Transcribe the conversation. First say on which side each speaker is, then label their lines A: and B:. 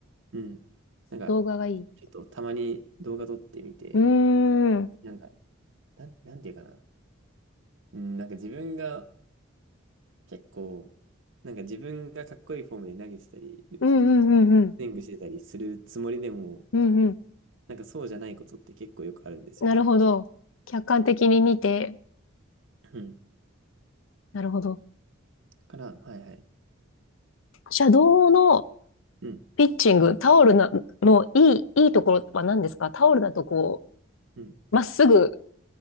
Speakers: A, on the right (about 65°); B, on the left (about 75°).
A: うん。なんか、
B: 動画がいい。
A: ちょっとたまに動画撮ってみて、
B: うーん、うん
A: なんか、なん、なんていうかな。うん、なんか自分が結構、なんか自分がかっこいいフォームで投げてたり、
B: うんうんうん、
A: スイングしてたりするつもりでも、
B: うんうん。
A: なんかそうじゃないことって結構よくあるんですよね。
B: なるほど。客観的に見て、
A: うん。
B: なるほど。
A: だから、はいはい。
B: シャドウの
A: うん。
B: ピッチング、タオルなのいい、いいところは何ですかタオルだとこ
A: うん。
B: う、まっすぐ